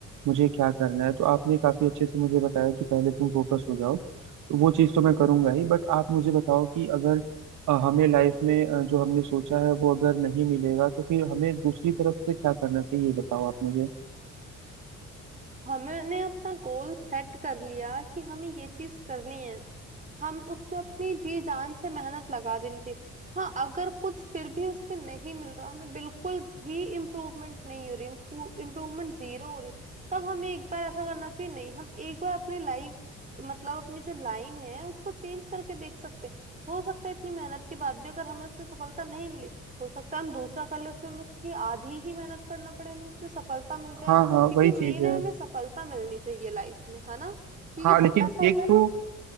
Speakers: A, on the right; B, on the right.
A: मुझे क्या करना है तो आपने काफी अच्छे से मुझे बताया कि पहले तुम फोकस हो जाओ तो वो चीज़ तो मैं करूंगा ही बट आप मुझे बताओ कि अगर अ, हमें लाइफ में अ, जो हमने सोचा है वो अगर नहीं मिलेगा तो फिर हमें दूसरी तरफ से क्या करना चाहिए ये बताओ आप मुझे
B: हमने अपना गोल सेट कर लिया कि हमें ये चीज करनी है हम उसमें अपनी जी जान से मेहनत लगा देनी चाहिए हाँ अगर कुछ फिर भी उसमें नहीं मिल रहा हमें बिल्कुल भी इम्प्रूवमेंट नहीं हो रही इम्प्रूवमेंट जीरो हो रही तब हमें एक बार ऐसा करना चाहिए नहीं हम एक बार अपनी लाइफ मतलब अपनी जो लाइन है उसको चेंज करके देख सकते हैं। हो सकता है इतनी मेहनत के बाद भी अगर हमें उसमें सफलता नहीं मिली हो सकता है हम दूसरा कर ले उसमें हमें उसकी आधी ही मेहनत करना पड़े हमें उसमें सफलता मिल जाए
A: हाँ
B: क्योंकि
A: हाँ वही
B: मेन
A: चीज़ है
B: है हमें सफलता मिलनी चाहिए लाइफ में है ना क्योंकि
A: हाँ
B: वो
A: लेकिन
B: ऐसा होता
A: एक
B: है
A: तो
B: ना